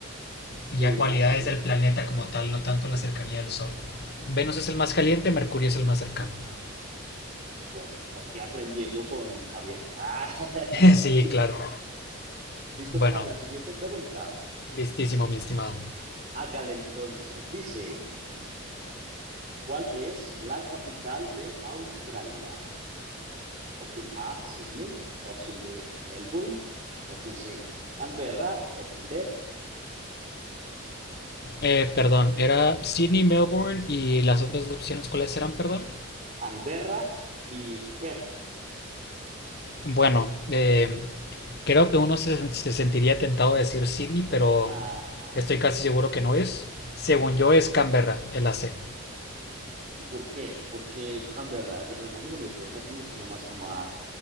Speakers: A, on the left; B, on the right.
A: y
B: vea,
A: a cualidades
B: pues,
A: del planeta como tal, no tanto la cercanía del Sol. Venus es el más caliente, Mercurio es el más cercano.
B: bueno, aquí aprendiendo con Javier. Ah, <laughs>
A: <laughs> sí, claro.
B: Listo
A: Bueno,
B: para la siguiente pregunta.
A: listísimo, mi estimado.
B: Hágale entonces. Dice, ¿cuál es la capital de Australia? Opción A, Sydney. Opción B, Melbourne. Opción C, Canberra. Opción D,
A: Eh, perdón, era Sydney, Melbourne y las otras opciones, ¿cuáles eran, perdón?
B: Canberra y Perth.
A: Bueno, eh, creo que uno se, se sentiría tentado a decir Sydney, pero
B: Ajá.
A: estoy casi seguro que no es. Según yo es Canberra, el AC.
B: ¿Y por qué? Porque Canberra, Yo- a mí no me suena, eso me suena más como a,